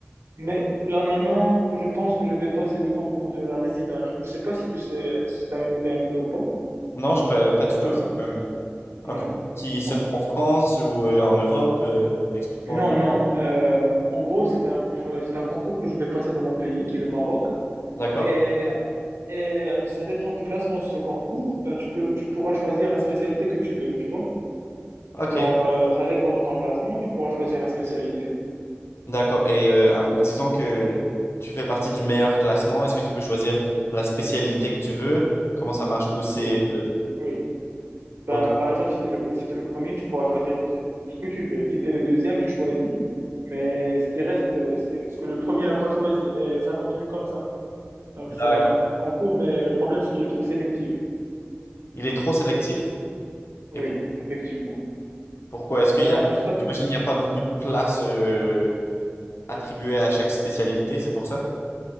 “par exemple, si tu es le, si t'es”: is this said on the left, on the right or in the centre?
Right